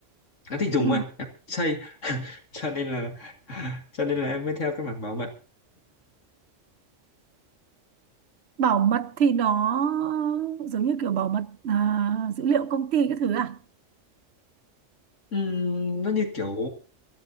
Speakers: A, on the left (about 75°); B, on the right (about 60°).
A: em thích dùng
B: ừ.
A: thôi em không thích xây <laughs> cho nên là <laughs> cho nên là em mới theo cái mảng bảo mật
B: bảo mật thì nó giống như kiểu bảo mật à, dữ liệu công ty cái thứ à
A: Ừm, nó như kiểu